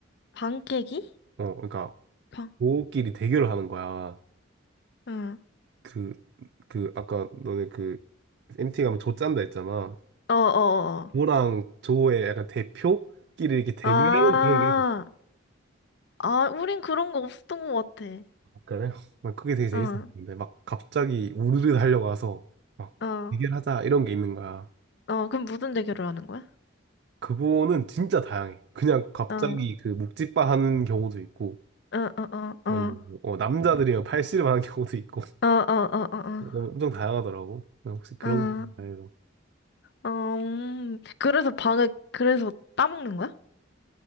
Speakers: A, on the left (about 55°); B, on the right (about 55°).
A: 방 깨기?
B: 어, 그러니까
A: 방.
B: 고끼리 대결을 하는 거야.
A: 응.
B: 그 그 아까 너네 그 MT 가면 조 짠다 했잖아.
A: 어어어.
B: 조랑 조의 약간 대표끼리 이렇게 대결하는
A: 아,
B: 그런 게 있어요.
A: 아, 우린 그런 거 없었던 것 같아.
B: 그난 그게 되게 재밌어
A: 응,
B: 보이는데 막 갑자기 우르르 달려가서 막
A: 어,
B: 대결하자 이런 게 있는 거야.
A: 어, 그럼 무슨 대결을 하는 거야?
B: 그거는 진짜 다양해. 그냥 갑자기
A: 어, 어,
B: 그 묵찌빠 하는 경우도 있고
A: 어, 어,
B: 아니면
A: 어,
B: 뭐, 어, 남자들이랑 팔씨름 하는 경우도 있고
A: 어, 어, 어,
B: <laughs>
A: 어, 어,
B: 어, 엄청 다양하더라고. 난 혹시 그런
A: 어,
B: 게 있나요?
A: 어, 음. 그래서 방을, 그래서 따먹는 거야?